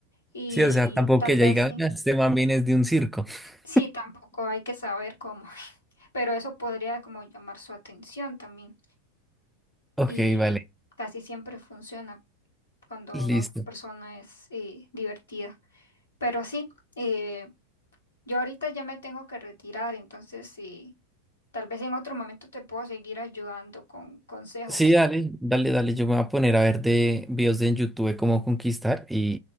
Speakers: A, on the left; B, in the centre.
A: Y
B: Sí, o sea, tampoco
A: tal
B: que ella
A: vez
B: diga,
A: sí.
B: "Ah, este man viene es de un circo. <laughs>
A: Sí, tampoco hay que saber cómo, <laughs> pero eso podría como llamar su atención también
B: Ok,
A: y
B: vale,
A: casi siempre funciona cuando
B: listo.
A: la otra persona es eh, divertida. Pero sí, eh, yo ahorita ya me tengo que retirar, entonces sí, tal vez en otro momento te puedo seguir ayudando con consejos.
B: Sí, dale, dale, dale. Yo me voy a poner a ver de videos de en YouTube de cómo conquistar y,